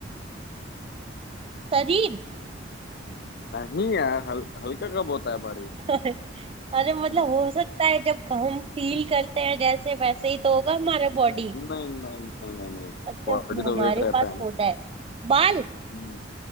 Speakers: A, on the right; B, on the left.
A: शरीर
B: नहीं यार हल, हल्का कब होता है भारी
A: <laughs> अरे मतलब
B: हम्म,
A: हो सकता है जब हम फील करते हैं जैसे वैसे ही तो होगा हमारा बॉडी
B: नहीं नहीं नहीं नहीं नहीं
A: अच्छा
B: बॉडी
A: हमारे
B: तो वेट रहता
A: पास
B: है ना
A: होता है बाल
B: हम्म,